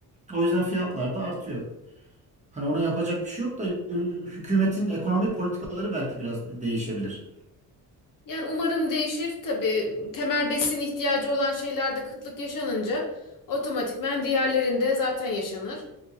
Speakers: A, on the right; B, on the left.
A: O yüzden fiyatlar da artıyor. Hani ona yapacak bir şey yok da e, hükümetin ekonomi politikaları belki biraz de- değişebilir.
B: Yani umarım değişir. Tabii temel besin ihtiyacı olan şeylerde kıtlık yaşanınca otomatikmen diğerlerinde zaten yaşanır.